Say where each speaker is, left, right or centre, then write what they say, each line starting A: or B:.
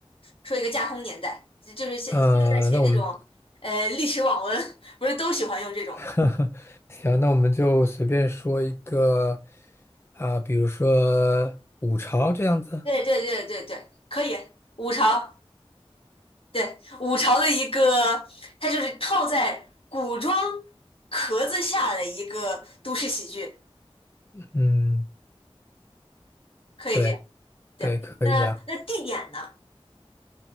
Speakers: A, on the left; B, on the left.
A: 说一个架空年代，就就是现现在写那种呃历史网文，
B: 呃，那我们
A: 不是都喜欢用这种吗？
B: <laughs> 行，那我们就随便说一个啊，比如说五朝这样子。
A: 对对对对对，可以，五朝。对，五朝的一个，它就是套在古装壳子下的一个都市喜剧，
B: 嗯，
A: 可以这样。
B: 对
A: 对，
B: 对，可以啊。
A: 那那地点呢？